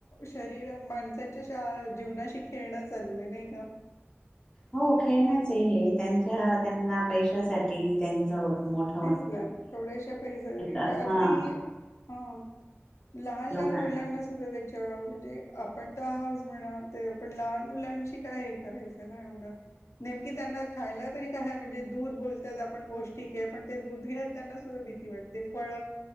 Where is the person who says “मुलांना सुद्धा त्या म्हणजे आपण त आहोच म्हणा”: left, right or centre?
Left